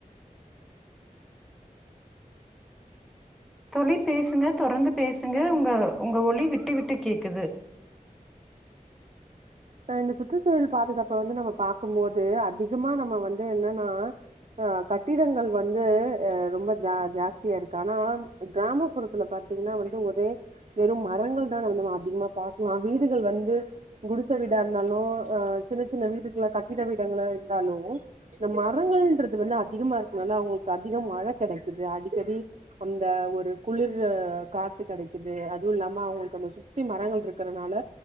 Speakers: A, in the centre; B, on the right (about 50°).
A: தோழி பேசுங்க தொடர்ந்து பேசுங்க உங்க உங்க ஒளி விட்டு விட்டு கேக்குது
B: அ இந்த சுற்றுச்சூழல் பாதுகாப்ப வந்து நம்ம பாக்குமோது அதிகமா நம்ம வந்து என்னனா ஆ கட்டிடங்கள் வந்து அ ரொம்ப ஜா ஜாஸ்தியா இருக்கு ஆனா கிராமப்புறத்துல பாத்தீங்னா வந்து ஒரே வெறும் மரங்கள்தா வந்து நம்ம அதிகமா பாக்லா வீடுகள் வந்து குடுஸ் ச வீடா இருந்தாலு அ சின்ன சின்ன வீட்டுகுள கட்டிட வீடங்களா இருந்தாலு இந்த மரங்கள்ன்றது வந்து அதிகமா இருக்குனால அவுங்கள்க்கு அதிகம் மழ கெடைக்குது அடிக்கடி அந்த ஒரு குளிர்ரு காத் து கெடைக்குது அதூ இல்லாம அவுங்களுக் அந்த சுத்தி மரங்கள்ட்ருக்கறனால